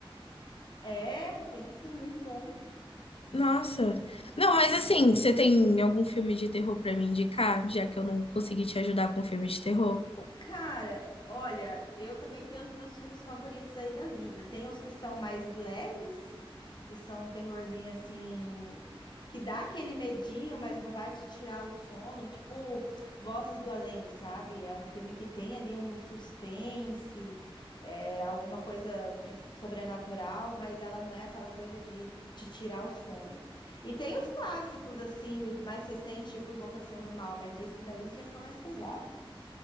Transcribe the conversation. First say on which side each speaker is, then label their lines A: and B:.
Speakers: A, on the left; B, on the left.
A: é, tem sim, muito bom.
B: Nossa. Não, mas assim, você tem algum filme de terror pra me indicar, já que eu não consegui te ajudar com filme de terror?
A: Cara, olha, eu também tenho os meus filmes favoritos aí da vida. Tem os que são mais leves, que são um terrorzinho assim, que dá aquele medinho, mas não vai te tirar o sono, tipo Vozes do Além, sabe? É um filme que tem ali um suspense, é, alguma coisa de sobrenatural, mas ela não é aquela coisa de te tirar o sono. E tem os clássicos, assim, mais recentes, tipo Invocação do Mal, mas esse daí já são mais pesados.